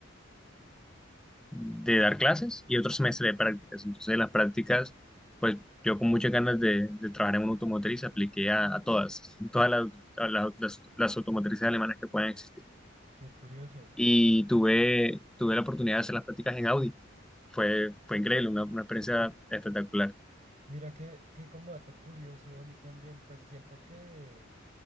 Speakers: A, in the centre; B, on the right.
A: de dar clases y otro semestre de prácticas. Entonces, las prácticas, pues yo con muchas ganas de, de trabajar en una automotriz apliqué a, a todas, todas las, a la- las, las automotrices alemanas que puedan existir.
B: qué curioso.
A: Y tuve, tuve la oportunidad de hacer las prácticas en Audi. Fue, fue increíble,
B: Ah,
A: una, una experiencia
B: tan-
A: espectacular.
B: Mira que, que como dato curioso, a mí también, pues siento que,